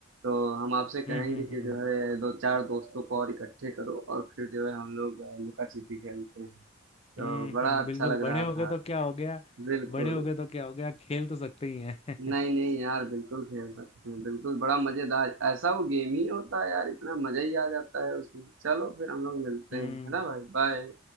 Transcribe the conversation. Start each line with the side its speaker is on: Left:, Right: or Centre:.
Right: तो हम आपसे
Left: हम्म
Right: कहेंगे
Left: हम्म
Right: कि
Left: हम्म
Right: जो है दो चार दोस्तों को और इकट्ठे करो और फिर जो है हम लोग अ, लुका छिपी खेलते हैं
Left: हम्म
Right: तो बड़ा
Left: हम्म,
Right: अच्छा
Left: बिल्कुल
Right: लग
Left: बड़े
Right: रहा
Left: हो गए
Right: था
Left: तो क्या हो गया
Right: बिल्कुल
Left: बड़े हो गए तो क्या हो गया खेल तो सकते ही हैं
Right: नहीं
Left: <laughs>
Right: नहीं यार बिल्कुल खेल सकते हैं बिल्कुल बड़ा मजेदार ऐसा वो गेम ही होता है यार इतना मजा ही आ जाता है उसमें चलो फिर हम लोग मिलते
Left: हम्म
Right: हैं है ना भाई बाय